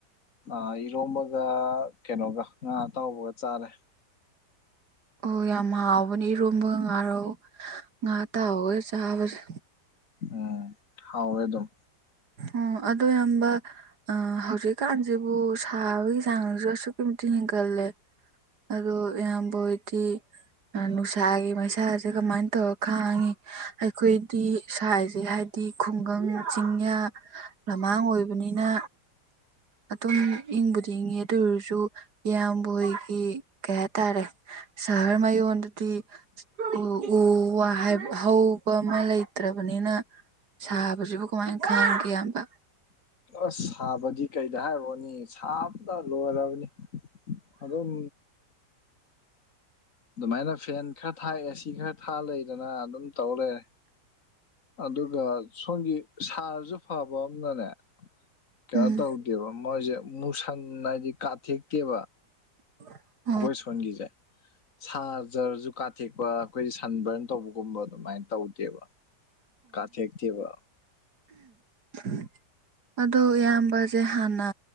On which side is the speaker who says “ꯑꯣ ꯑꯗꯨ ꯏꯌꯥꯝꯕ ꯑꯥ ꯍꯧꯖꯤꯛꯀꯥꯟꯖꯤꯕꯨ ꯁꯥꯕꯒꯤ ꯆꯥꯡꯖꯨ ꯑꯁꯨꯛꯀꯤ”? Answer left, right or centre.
Right